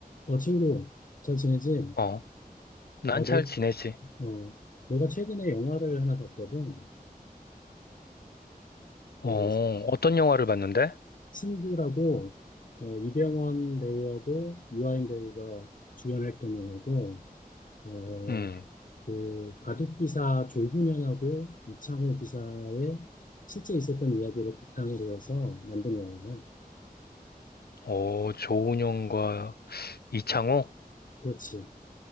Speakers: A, on the left; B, on the left.
A: 어, 친구, 잘 지내지?
B: 어, 난
A: 어,
B: 잘
A: 내,
B: 지내지.
A: 어, 내가 최근에 영화를 하나 봤거든.
B: 어,
A: 그,
B: 어떤 영화를 봤는데?
A: 승부라고, 어, 이병헌 배우하고 유아인 배우가 주연했던 영화고, 어,
B: 음,
A: 그, 바둑기사 조훈현하고 이창호 기사의 실제 있었던 이야기를 바탕으로 해서 만든 영화야.
B: 어, 조은영과 이창호?
A: 그렇지.